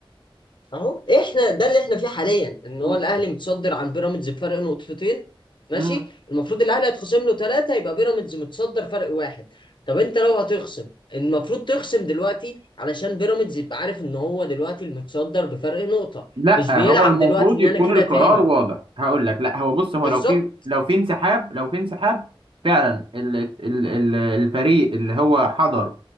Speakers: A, on the left (about 55°); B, on the right (about 65°).
A: اهو احنا ده اللي احنا فيه حاليا ان
B: امم
A: هو الاهلي متصدر عن بيراميدز بفرق نقطتين ماشي
B: امم
A: المفروض الاهلي هيتخصم له ثلاثه يبقى بيراميدز متصدر فرق واحد طب انت لو هتخصم المفروض تخصم دلوقتي علشان بيراميدز يبقى عارف ان هو دلوقتي المتصدر بفرق نقطه
B: لا
A: مش بيلعب
B: هو المفروض
A: دلوقتي ان
B: يكون
A: انا كده
B: القرار
A: تاني
B: واضح هقول لك لا هو بص هو
A: بالظبط
B: لو في لو في انسحاب لو في انسحاب فعلا ال ال ال الفريق اللي هو حضر